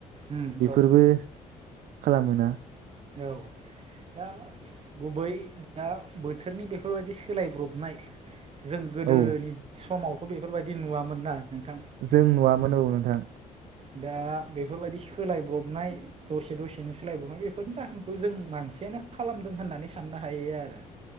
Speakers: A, on the right; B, on the right.
A: उम
B: बेफोरबो
A: औ
B: खालामोना
A: औ दा गुबै दा बोथोरनि बेफोरबायदि सोलायब्रबनाय जों गोदोनि
B: औ
A: समाव बेफोरबायदि नुवामोन ना नोंथां
B: जों नुवामोन औ नोंथां
A: दा बेफोरबायदि सोलायब्रबनाय दसे दसेनो सोलायब्रबनाय बे बेफोरखौ जों मानसियानो खालामदों होननानै साननो हायो आरो